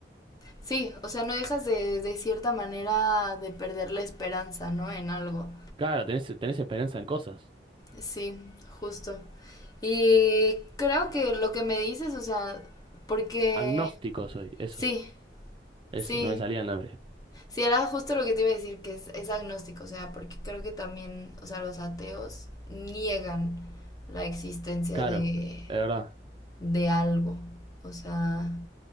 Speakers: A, on the left; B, on the right.
A: Sí, o sea, no dejas de, de cierta manera de perder la esperanza, ¿no? En algo.
B: Claro, tenés, tenés esperanza en cosas.
A: Sí, justo. Y creo que lo que me dices, o sea, porque
B: Agnóstico soy, eso,
A: sí,
B: eso,
A: sí,
B: no me salía el nombre.
A: sí, era justo lo que te iba a decir, que es, es agnóstico, o sea, porque creo que también, o sea, los ateos niegan la existencia
B: Claro,
A: de,
B: es verdad.
A: de algo, o sea,